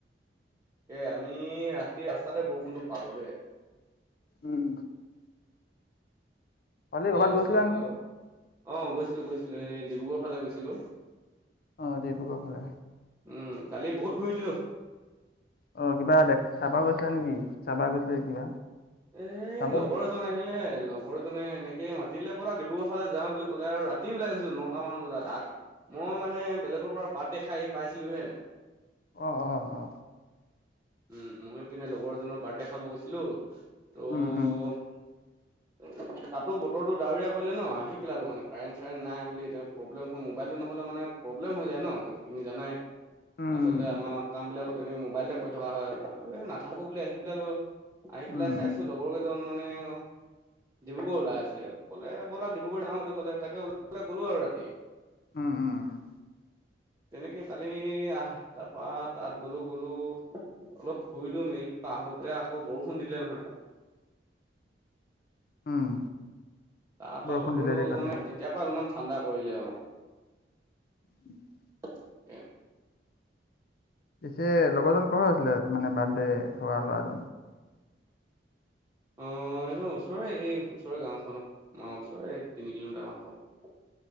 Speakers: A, on the right; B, on the left.
A: এ আমি ৰাতি ৰাস্তাতে বৰষুণটো পাৰো দেই
B: উম হলি
A: ওলাই
B: ক'ৰবাত
A: গৈছিলো
B: গৈছিলা
A: মানে
B: নহয়
A: অলপ। অ গৈছিলো গৈছিলো এই ডিব্ৰুগড় ফালে গৈছিলো
B: আহ ডিব্ৰুগড় ফালে
A: উম কালি বহুত ঘূৰি দিলো।
B: অ কিবা দেখ চাহপা গৈছিলা নেকি চপা গৈছিলা কিবা
A: এ
B: চাব
A: লগৰ
B: গৈ
A: এজন আহিলে লগৰজনে এনেকে ত মাতিলে পৰা ডিব্ৰুগড়ালে যাওঁ বুলি ক'লে আৰু ৰাতি ওলাই গৈছো নটামান বজাত আ মই মানে বলে পৰা বাট দেখাই আহি পাইছিলো হে
B: আহ অ অ
A: উম মই পিনে লগৰজনৰ বাৰ্থডে খাব গৈছিলো ত'
B: উম উম
A: <unintelligible> তাতো বতৰটো ডাৱৰীয়া কৰিলে ন আহি পেলালো মানে কাৰেণ্ট চাৰেণ্ট নাই বুলি এ প্ৰব্লেম হয় মোবাইলতো নহয় মানে প্ৰব্লেম হৈ যায় ন টো তুমি জানাই
B: উম,
A: আচলতে
B: উম,
A: আমাৰ কামবিলাকত তেনেকৈ মোবাইলতে কৈ থকা হয় ভাবিলোঁ এই নাথাকোঁ বুলি আহি পেলাইো আহি পেলাই
B: উম, উম,
A: চাইছোঁ লগৰ কেইজন মানে অ। ডিব্ৰুগড় ওলাই আছে, ক'লে ব'লা ডিব্ৰুগড় যাওঁ বুলি ক'লে তাকে ওলাই গ'লো আৰু ৰাতি।
B: উম, উম, উম,
A: তেনেকে কালি আহ তাৰ পৰা তাত গ'লো গ'লো অলপ ফুৰিলো মেলিলো আহোতে আকৌ বৰষ ষুণ দিলে নহয়।
B: উম।
A: তাৰ
B: বৰষুণ
A: পৰা বতৰটো
B: দিলে দে কালি।
A: মানে তেতিয়াৰ পৰা অলপমান ঠাণ্ডা কৰিলে আৰু।
B: <inaudible>
A: <inaudible>
B: পিছে লগৰজন কৰ আছিলে মানে বাৰ্থডে হোৱা ল'ৰাজন?
A: অ। অ সেইজন ওচৰৰে, এই ওচৰৰে গাঁওখন, আমাৰ ওচৰৰে তিনি কিলোমিটাৰ মান হব।